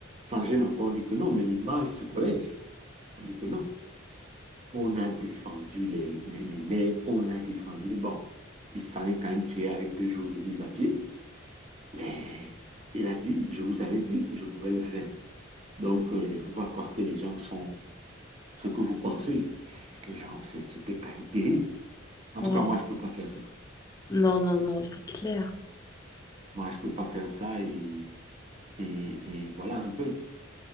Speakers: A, on the right; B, on the left.
A: ça gêne encore? On dit que non, mais l'image du collège, on dit que non. On a défendu les- les- l'élève, on a défendu. Bon, il s'en est quand même tiré avec deux jours de mise à pied, mais il a dit, je vous avais dit que je pouvais le faire. Donc, euh, il ne faut pas croire que les gens sont ce que vous pensez. Les gens, c'était quand même terrible. En
B: Waouh.
A: tout cas, moi, je ne peux pas faire ça.
B: Non, non, non, c'est clair.
A: Moi, je ne peux pas faire ça et, et, et voilà un peu.